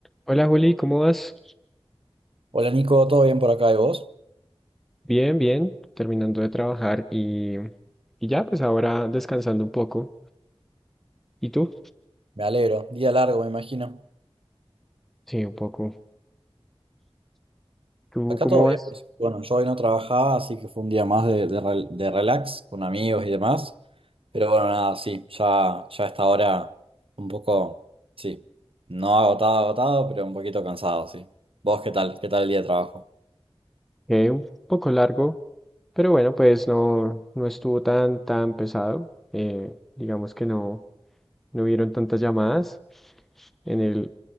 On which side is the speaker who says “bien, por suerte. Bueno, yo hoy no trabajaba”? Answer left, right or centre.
Right